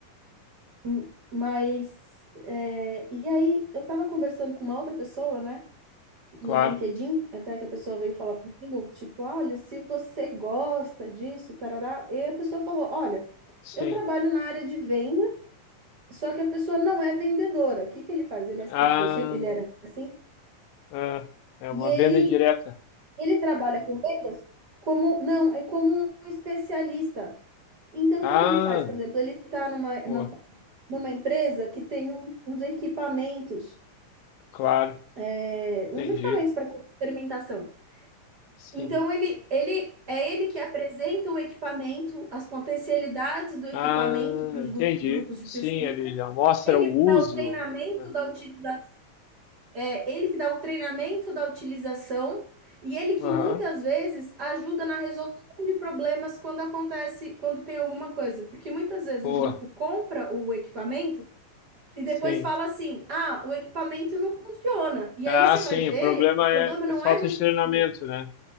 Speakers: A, on the right; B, on the left.
A: M- Mas, é, e aí eu tava conversando com uma outra pessoa, né, no
B: claro,
A: LinkedIn, até que a pessoa veio falar comigo, tipo, olha, se você gosta disso, tarará. E a pessoa falou, olha,
B: sim.
A: eu trabalho na área de venda, só que a pessoa não é vendedora. O que que ele faz? Ele, é-
B: Ah,
A: ele foi, ci- ele era assim,
B: ah, é uma
A: e ele
B: venda indireta.
A: Ele trabalha com vendas como, não, é como um especialista. Então,
B: Ah,
A: o que que ele faz? Por exemplo, ele está numa,
B: pô,
A: numa, numa empresa que tem um- uns equipamentos,
B: claro,
A: é,
B: entendi.
A: uns equipamentos para fazer fermentação.
B: Sim.
A: Então, ele, ele é ele que apresenta o equipamento, as potencialidades do equipamento
B: Ah,
A: para os
B: entendi.
A: grupos de
B: Sim,
A: pesquisa.
B: ele já mostra
A: Ele
B: o uso.
A: que dá o treinamento
B: né?
A: da utilização É ele que dá o treinamento da utilização e ele que
B: Aham,
A: muitas vezes ajuda na resolução de problemas quando acontece, quando tem alguma coisa. Porque muitas vezes
B: boa.
A: o grupo compra o equipamento e depois
B: Sim.
A: fala assim: ah, o equipamento não funciona. E
B: Ah,
A: aí você
B: sim,
A: vai ver,
B: o problema
A: o problema
B: é, é
A: não
B: falta
A: é do equipamento.
B: de treinamento, né?